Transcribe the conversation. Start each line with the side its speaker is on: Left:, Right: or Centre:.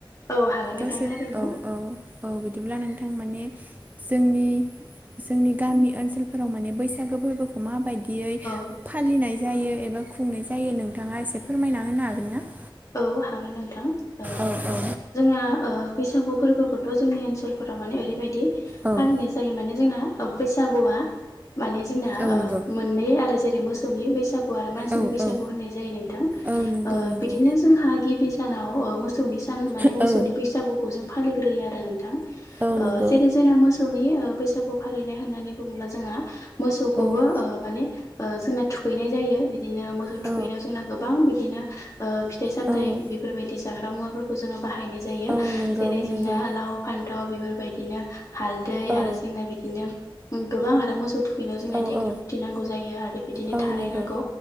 Left: औ हागोन नोंथां
Right: दसे
Left: थारैनो
Right: औ औ औ बिदिब्ला नोंथां माने जोंनि जोंनि गामि ओनसोलफोराव माने बैसागो फोरबोखौ माबायदि बियै
Left: औ
Right: फालिनाय जायो एबा खुंनाय जायो नोंथाङा एसे फोरमायना होनो हागोन ना?
Left: औ हागोन नोंथां ओ
Right: औ औ
Left: जोंहा बैसागु फोरबोखौथ' जोंनि ओनसोलफोराव माने ओरैबायदि
Right: औ
Left: फालिनाय
Right: औ
Left: जायो। जायो मान जोंना बैसागु माने जोंना
Right: औ नंगौ
Left: मोननै आरो जेरै मोसौ सौनि बैसागु होननाय
Right: औ औ
Left: जायो नोंथां ओ
Right: औ नंगौ नंगौ
Left: बिदिनो जोंहा गिबि सानाव मोसौनि सान माने
Right: औ
Left: मोसौनि बैसागुखौ जों फालिग्रोयो आरो नोंथां
Right: औ नंगौ
Left: जेरै जोंना मोसौनि बैसागु फालिनाय होननानै बुङोब्ला जोंहा मोसौखौबो
Right: औ
Left: माने जोंना थुखैनाय जायो बिदिनो मोसौ
Right: औ
Left: थुखैनायाव जोंना गोबां बिदिनो फिथाइ सामथाय
Right: औ
Left: बेफोरबायदि जाग्रा मुवाफोरखौ जोङो बाहायनाय जायो
Right: औ नंगौ
Left: जेरै जोंना
Right: नंगौ
Left: लाव फान्थाव बेफोरबायदिनो हालदै
Right: औ
Left: आरो जोंना बिदिनो गोबां आरो मोसौ थु खैनो जोंना
Right: औ
Left: देग्लि
Right: औ
Left: फुथि नांगौ जायो आरो बिदिनो
Right: औ
Left: थाराय
Right: नंगौ
Left: नांगौ